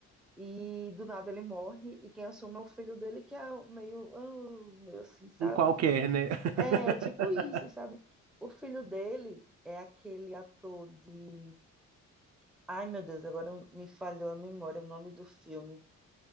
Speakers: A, in the centre; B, on the right.
A: E do nada ele morre, e quem assume é o filho dele, que é meio, ah, meio assim, sabe?
B: Um qualquer, né? <laughs>
A: É, tipo isso, sabe? O filho dele é aquele ator de. Ai, meu Deus, agora me falhou a memória, o nome do filme.